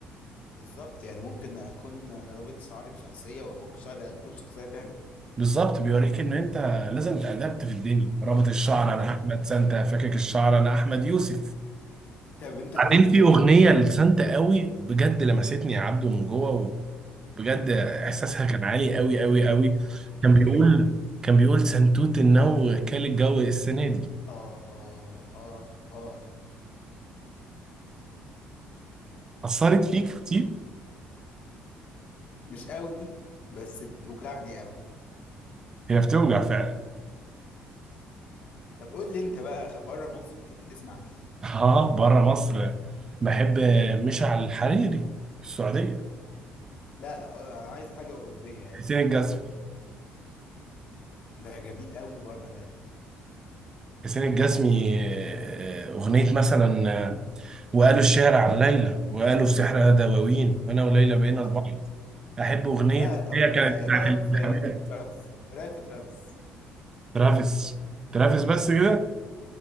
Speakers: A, on the left; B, on the right.
A: بالظبط يعني ممكن اكون رابط شعري بشخصيه وافك شعري اكون شخصيه تانية
B: بالظبط بيوريك ان انت لازم تأدبت في الدنيا رابط الشعر انا
A: طب
B: احمد سانتا فاكك الشعر انا احمد يوسف
A: طب انت
B: بعدين
A: قول لي
B: في
A: كده
B: اغنيه لسانتا قوي بجد لمستني يا عبده من جوه وبجد احساسها كان عالي قوي قوي قوي
A: قول لي كده
B: كان بيقول
A: هي ايه
B: كان بيقول سنتوت النو كال الجو السنه دي
A: آه آه آه
B: أثرت فيك كتير
A: مش قوي بس بتوجعني قوي
B: هي بتوجع فعلا
A: طب قول لي أنت بقى بره مصر بتحب تسمع مين؟
B: <laughs> اه بره مصر بحب مشعل الحريري في السعودية
A: لا آه، أنا عايز حاجة أوروبية يعني
B: حسين الجسمي
A: ده جميل قوي بره ده
B: حسين الجسمي آه، أغنية مثلا آه، وقالوا الشعر عن ليلى وقالوا السحر دواوين وأنا وليلى بقينا
A: طب
B: البحر أحب أغنية
A: لا
B: اللي
A: طب
B: هي كانت
A: آه، إيه
B: بتاعت
A: رأيك
B: الانتخابات
A: في ترافيس؟ إيه رأيك في ترافيس؟
B: ترافيس ترافيس بس كده